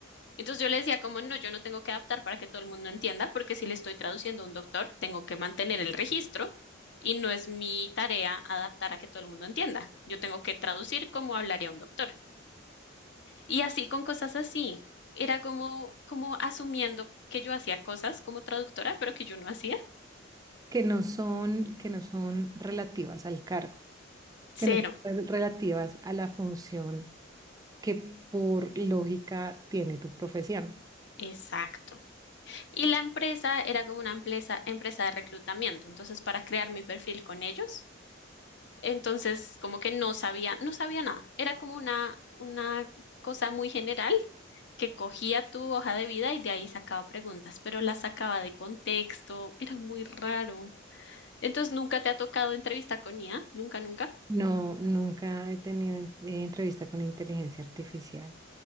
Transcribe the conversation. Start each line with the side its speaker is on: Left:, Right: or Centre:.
Left: Entonces yo le decía como, no, yo no tengo que adaptar para que todo el mundo entienda, porque si le estoy traduciendo a un doctor, tengo que mantener el registro y no es mi tarea adaptar a que todo el mundo entienda. Yo tengo que traducir como hablaría un doctor. Y así con cosas así. Era como, como asumiendo que yo hacía cosas como traductora, pero que yo no hacía.
Right: Que no son, que no son relativas al cargo,
Left: Cero.
Right: que no son relativas a la función que por lógica tiene tu profesión.
Left: Exacto. Y la empresa era como una empresa, empresa de reclutamiento. Entonces, para crear mi perfil con ellos, entonces como que no sabía, no sabía nada. Era como una, una cosa muy general que cogía tu hoja de vida y de ahí sacaba preguntas, pero las sacaba de contexto. Era muy raro. Entonces, ¿nunca te ha tocado entrevista con IA? Nunca, nunca.
Right: No, nunca he tenido en- eh, entrevista con inteligencia artificial.